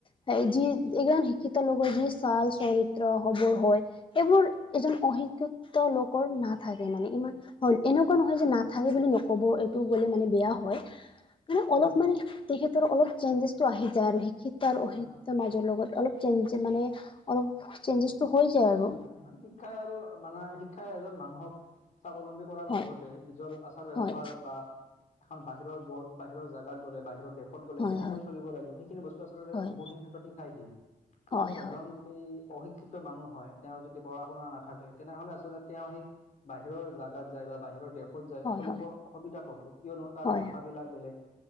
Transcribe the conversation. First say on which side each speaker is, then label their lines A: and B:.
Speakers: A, on the left (about 35°); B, on the left (about 55°).
A: তাই যি এ এজন শিক্ষিত লগৰ যি চাল চৰিত্ৰ হবৰ হয় এইবোৰ এজন অশিক্ষিত লোকৰ নাথাকে মানে ইমান হয় এনেকুৱা নহয় যে নাথাকে বুলি নক'ব এইটো গ'লে মানে বেয়া হয় মানে
B: হয়
A: অলপ মানে তেখেত তৰ অলপ চেঞ্জেছটো আহি যায় আৰু শিক্ষিত আৰু অশিক্ষিত
B: হয় হয়
A: মাজৰ লগত অলপ চেঞ্জ মানে অলপ চেঞ্জেছ টো হৈ যায় আৰু
B: হয় হয় মানে শিক্ষাই আৰু মানে শিক্ষাই এজন মানুহক স্বাৱলম্বী কৰাৰ
A: হয়
B: লগতে নিজৰ আচাৰ ব্যৱহাৰ
A: হয়
B: বা এখন বাহিৰৰ গ বাহিৰৰ জাগাত গ'লে বাহিৰৰ দেশ শত গ'লে
A: হয়
B: কেনেকৈ চলিব লাগিব সেইখিনি বস্তু আচলতে
A: হয়
B: বহুখিনি ক্ষেত্ৰত শিকাই দিয়ে। কিন্তু
A: হয় হয়
B: এজন যদি অশিক্ষিত মানুহ হয় তেওঁ যদি পঢ়া - শুনা নাথাকে তেনেহলে আচলতে তেওঁ সেই বাহিৰৰ জাগাত যায় বা বাহিৰৰ দেশ শত যায়,
A: হয়
B: চলিব
A: হয়
B: অসুবিধা পাব কিয়নো তাৰ
A: হয়
B: ভাষাবিলাক বেলেগ